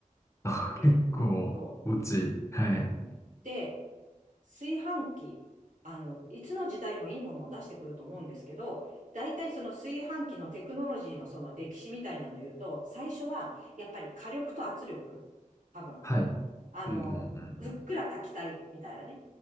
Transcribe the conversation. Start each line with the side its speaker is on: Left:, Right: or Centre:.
Left: <laughs> あ、
Right: ええ
Left: 結構、
Right: そ
Left: 落ち。はい。
Right: う。うんで、炊飯器、あの、いつの時代もいいものを出してくると思うんですけど、大体その炊飯器のテクノロジーのその歴史みたいなのを言うと、最初はやっぱり火力と圧力、多分、
Left: はい。
Right: あの、
Left: うん、うん、うん、
Right: ふっくら炊きたいみたいなね。
Left: うん。